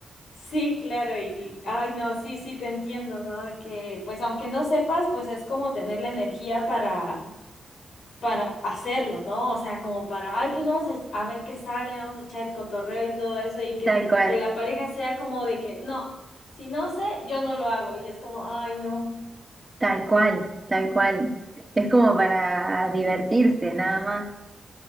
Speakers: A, on the left; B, on the right.
A: Sí, claro, y, ay, no, sí, sí, te entiendo, ¿no? De que, pues, aunque no sepas, pues es como tener la energía para para hacerlo, ¿no? O sea, como para, ay, pues vamos a, a ver qué sale, vamos a echar el cotorreo y todo eso, y que,
B: Tal cual,
A: que la pareja sea como de que, no, si no sé, yo no lo hago, y es como, ay, no,
B: tal cual, tal cual. Es como para divertirse, nada más.